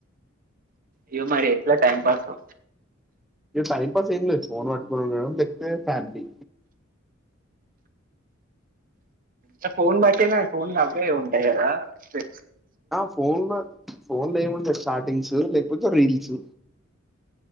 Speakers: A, on the right (about 45°); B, in the centre.
A: ఇగ మరి ఎట్లా టైమ్ పాసు
B: ఇగ టైం పాస్ ఏమ్ లేద్ ఫోన్ పట్టుకోన్ చూడడం లేకపోతే ఫ్యామిలీ
A: చఫ్ ఫోన్ బట్టినా ఫోన్ లా అవే ఉంటాయి కదా పె
B: ఆ ఫోన్ లా ఫోన్ లే ఏముండద్ చాటింగ్స్ లేకపోతే రీల్స్